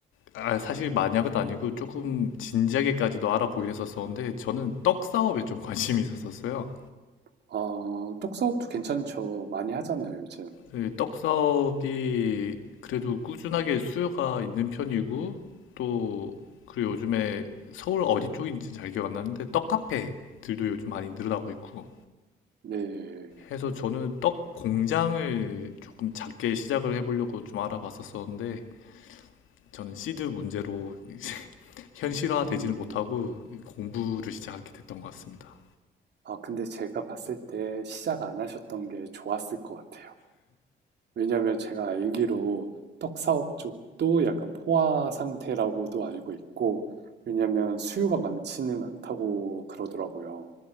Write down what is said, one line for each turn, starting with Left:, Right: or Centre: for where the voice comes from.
Left: 아, 사실 만약은 아니고 조금 진지하게까지도 알아보긴 했었었는데 저는 떡 사업에 좀 관심이 있었었어요.
Right: 어, 떡사업도 괜찮죠. 많이 하잖아요, 요즘.
Left: 그 떡사업이 그래도 꾸준하게 수요가 있는 편이고 또 그리고 요즘에 서울 어디 쪽인지 잘 기억 안 나는데 떡 카페들도 요즘 많이 늘어나고 있고
Right: 네.
Left: 해서 저는 떡 공장을 조금 작게 시작을 해보려고 좀 알아봤었었는데 저는 시드 문제로 <laughs> 현실화되지는
Right: 음.
Left: 못하고 공부를 시작하게 됐던 것 같습니다.
Right: 아 근데 제가 봤을 때 시작 안 하셨던 게 좋았을 것 같아요. 왜냐면 제가 알기로 떡사업 쪽도 약간 포화 상태라고도 알고 있고, 왜냐면 수요가 많지는 않다고 그러더라고요.